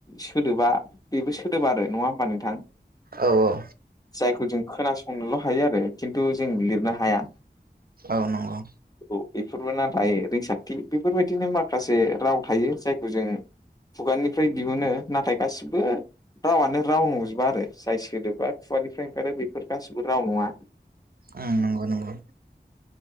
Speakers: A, on the left (about 20°); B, on the right (about 60°).
A: सोदोबा बेबो सोदोब आरो नङा होमबा नोंथां
B: औ-औ
A: जायखौ जों खोनासंनोल' हायो आरो खिन्थु जों लिरनो हाया
B: औ नंगौ
A: औ बेफोरबो नाथाय रिंसारथि बेफोरबायदिनो माखासे राव थायो जायखौ जों खुगानिफ्राय दिहुनो नाथाय गासिबो रावानो राव नंजोबा आरो जाय सोदोबा खुगानिफ्राय ओंखारो बेफोर गासिबो राव नङा
B: ओं नंगौ नंगौ